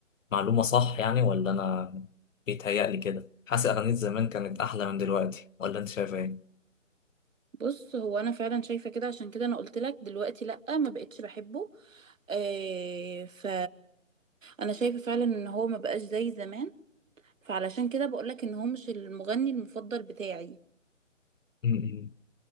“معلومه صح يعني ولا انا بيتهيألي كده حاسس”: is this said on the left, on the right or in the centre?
Left